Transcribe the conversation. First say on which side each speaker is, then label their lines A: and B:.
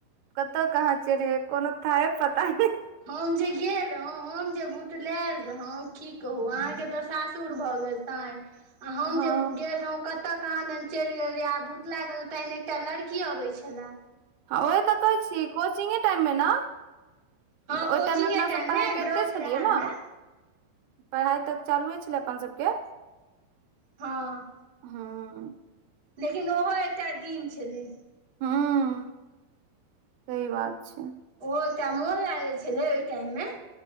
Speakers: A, on the right; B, on the right.
A: कतऽ कहाँ चैल गेलयै कोनो थाये पता नय
B: हम जे गेल रहूं हम जे भुतलैल रहूं की कहूं अहाँके तऽ सासुर भऽ गेल तांय आ हम
A: हँ
B: जे गेल रहूं कतऽ कहाँदन चइल गेल रहूं आब भूतलै गेलूं तहन एकटा लड़की अबै छला
A: हां ओही तऽ कहै छी कोचिंगे टाइम मे न
B: हँ
A: मतलब ओय
B: कोचिंगे
A: टाइममे अपनासभ
B: टाइम
A: पढ़ाइ
B: मे
A: करिते
B: व्रत
A: छलियै
B: रहए हमरा
A: न पढ़ाइ तब चालुए छलै अपन सभकें
B: हँ
A: हूं
B: लेकिन ओहो एकटा दिन छलै
A: हूं सही बात छै
B: ओहो एकटा मोन लागै छलै ओय टाइम मे